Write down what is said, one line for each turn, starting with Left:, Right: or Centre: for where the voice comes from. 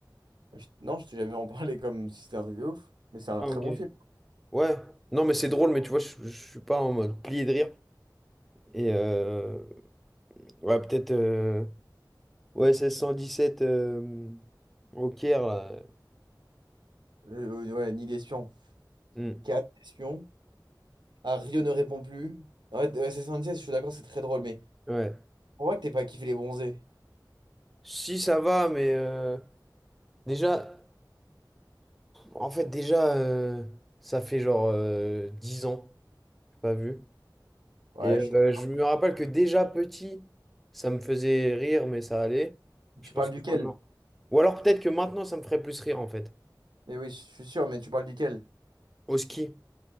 Right: Je- Non, je t'ai jamais en parlé comme si c'était un truc de ouf, mais c'est un
Centre: Ah,
Right: très
Centre: ok.
Right: bon film.
Centre: Ouais. Non, mais c'est drôle. Mais tu vois, je, je suis pas en mode plié de rire. Et euh, ouais, peut-être. euh, Ouais, 1617 euh, au Caire, là.
Right: Euh, euh, ouais, Nid d'espion.
Centre: Hmm.
Right: 4 espions. Ah, Rio ne répond plus. En fait, euh, SS76, je suis d'accord, c'est très drôle, mais
Centre: Ouais.
Right: on voit que t'es pas kiffé les bronzés.
Centre: Si, ça va, mais euh, déjà, en fait, déjà, euh, ça fait genre euh, 10 ans, j'ai pas vu.
Right: Ouais,
Centre: Et euh,
Right: je suis d'accord.
Centre: je me rappelle que déjà petit, ça me faisait rire, mais ça allait. Je
Right: Tu
Centre: pense
Right: parles
Centre: que
Right: duquel?
Centre: maintenant. Ou alors peut-être que maintenant, ça me ferait plus rire, en fait.
Right: Eh oui, je suis sûr, mais tu parles duquel?
Centre: Au ski.